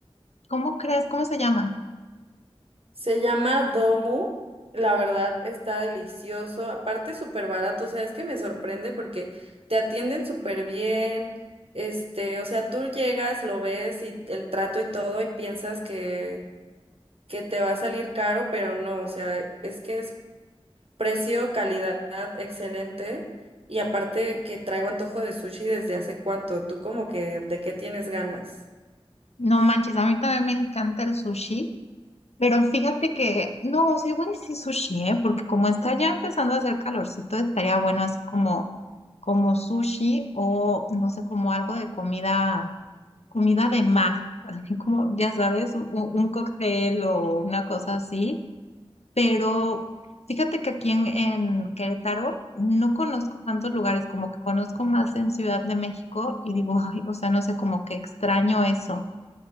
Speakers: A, on the left; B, on the right.
A: ¿Cómo crees? ¿Cómo se llama?
B: Se llama Domu, la verdad está delicioso, aparte súper barato, o sea, es que me sorprende porque te atienden súper bien, este, o sea, tú llegas, lo ves y el trato y todo y piensas que, que te va a salir caro, pero no, o sea, es que es Precio, calidad, excelente. Y aparte que traigo antojo de sushi desde hace cuánto. ¿Tú como que de qué tienes ganas?
A: No manches, a mí también me encanta el sushi, pero fíjate que, no, sí, igual y sí sushi, ¿eh? Porque como está ya empezando a hacer calorcito, estaría bueno así como, como sushi o no sé, como algo de comida. comida de mar, así como, ya sabes, u- u- un, cóctel o una cosa así, pero fíjate que aquí en, en Querétaro no conozco tantos lugares, como que conozco más en Ciudad de México y digo, <laughs> ay, o sea, no sé, como que extraño eso.